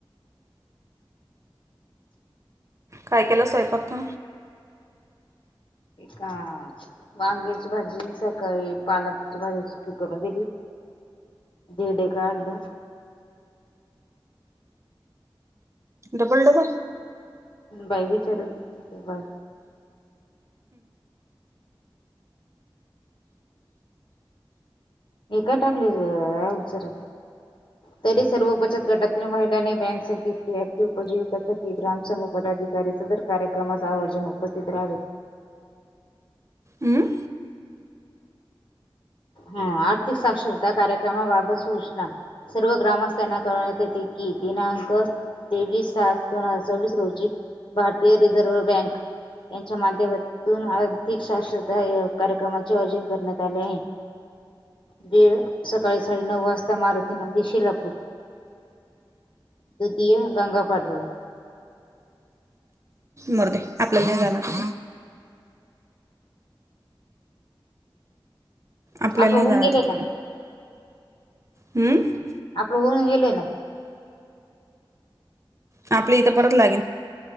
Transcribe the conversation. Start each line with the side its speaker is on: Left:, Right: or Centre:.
Right: काय केलं स्वयंपाक तू
Left: का वांग्याची भाजी सकाळी पालकची भाजी सुकी करून दिली. धिरडे काढले.
Right: डबल डबल
Left: बाई विचार बा हे का टाकलीचर तरी सर्व बचत गटातील महिलांनी बँक शेअर उपजीविक ग्रामसघ पदाधआधी अधिकारी सदर कार्यक्रमाच आयोजन उपस्थित राहावे.
Right: हम्म
Left: हा आर्थिक साक्षरता कार्यक्रमाबाबत सूचना सर्व ग्रामस्थांना करण्यात येते की, दिनांक तेवीस सात दोन हजार सव्वीस रोजी. भारतीय रिझर्व बँक यांच्या माध्यमातून आर्थिक शाश्रता ए-कार्यक्रमाचे आयोजन करण्यात आले आहे. बीड सकाळी साडेनऊ वाजता मारुतीमंदिर शिलापूर. द्वितीय गंगा पाटोळे.
Right: मरुदे आपल्या नाही जाणार कुठं आपल्याला
Left: आपलं
Right: नाही
Left: होऊन
Right: जाणरं
Left: गेलंय
Right: तिथं..
Left: ना
Right: हम्म
Left: आप होऊन गेले ना
Right: आपलं इथं परत लागेल